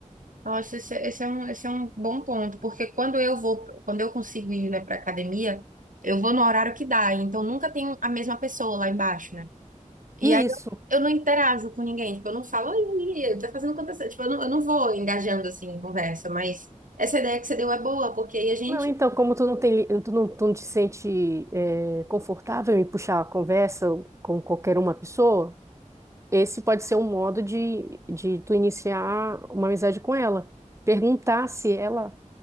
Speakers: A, on the right; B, on the right.
A: Nossa, esse, é, esse é um, esse é um bom ponto, porque quando eu vou, quando eu consigo ir, né, para academia, eu vou no horário que dá, então nunca tem a mesma pessoa lá embaixo, né? E
B: E
A: aí eu,
B: Isso.
A: eu não interajo com ninguém, tipo, eu não falo, oi, tá fazendo quantas, tipo, eu não, eu não vou engajando assim em conversa, mas essa ideia que você deu é boa, porque aí a gente
B: Não, então, como tu não tem, tu não, tu não te sente, é, confortável em puxar a conversa com qualquer uma pessoa, Esse pode ser um modo de, de tu iniciar uma amizade com ela. Perguntar se ela